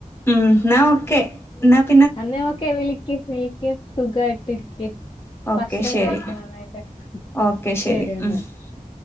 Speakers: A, on the left (about 15°); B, on the left (about 35°).
A: ഉം ന്ന ഓക്കെ ന്ന
B: അന്നേ ഓക്കെ വിളിക് വിളിക് സുഖായിട്ടിരിക്
A: ഓക്കെ
B: ഭക്ഷണം
A: ശരി
B: കഴിക്കണം നന്നായിട്ട്
A: ഓക്കെ
B: ശരി എന്നാ
A: ഉം ഉം